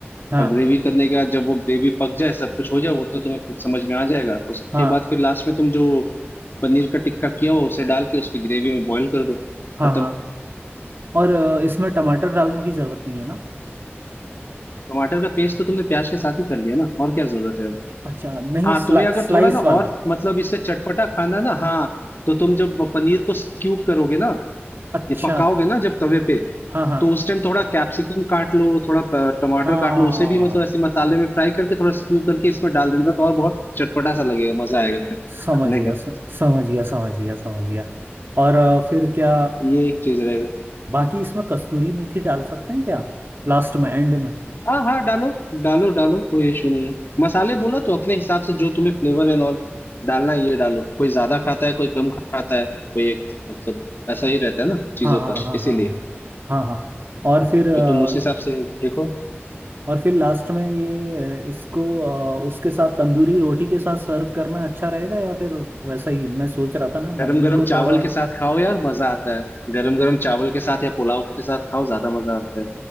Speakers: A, on the right; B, on the left.
A: हाँ
B: और ग्रेवी करने के बाद जब वो ग्रेवी पक जाए सब कुछ हो जाए वो तो तुम्हें खुद समझ में आ जाएगा उसके
A: हाँ
B: बाद फिर लास्ट में तुम जो पनीर का टिक्का किया हो उसे डाल के उसकी ग्रेवी में बॉईल कर दो
A: हाँ
B: खत्म
A: हाँ और अ, इसमें टमाटर डालने की ज़रूरत नहीं है ना
B: टमाटर का पेस्ट तो तुमने प्याज के साथ ही कर लिया ना और क्या जरूरत है
A: अच्छा नहीं
B: हाँ
A: स्ला,
B: तुम्हें अगर
A: स्लाइस
B: थोड़ा ना
A: वाला
B: और मतलब इससे चटपटा खाना ना हाँ तो तुम जब पनीर को स्क्यू करोगे ना
A: अच्छा
B: ये पकाओगे ना जब तवे पे
A: हाँ हाँ
B: तो उस टाइम थोड़ा कैप्सिकम काट लो थोड़ा प- टमाटर
A: हाँ
B: काट लो उसे भी मतलब ऐसे मसाले में फ्राई करके थोड़ा स्क्यू करके इसमें डाल देना तो और बहुत चटपटा सा लगेगा मजा आएगा फिर
A: समझ
B: खाने
A: गया
B: का
A: स- समझ गया समझ गया समझ गया और अ, फिर क्या
B: ये एक चीज रहेगा
A: बाकी इसमें कस्तूरी मेथी डाल सकते हैं क्या लास्ट में एंड में
B: हाँ हाँ डालो डालो डालो कोई इशू नहीं है मसाले बोला तो अपने हिसाब से जो तुम्हें फ्लेवर एंड ऑल डालना है ये डालो कोई ज्यादा खाता है कोई कम खाता है कोई एक मतलब ऐसा ही रहता है ना चीजों
A: हाँ हाँ
B: का
A: हाँ
B: इसीलिए
A: हाँ हाँ हाँ हाँ और फिर अ,
B: तो तुम उस हिसाब से देखो
A: और फिर लास्ट में ये अ, इसको अ, उसके साथ तंदूरी रोटी के साथ सर्व करना अच्छा रहेगा या फिर वैसा ही मैं सोच रहा था ना
B: गरम
A: मम्मी
B: गरम
A: को
B: चावल
A: थोड़ा
B: के साथ खाओ यार मजा आता है गरम गरम चावल के साथ या पुलाव के साथ खाओ ज्यादा मजा आता है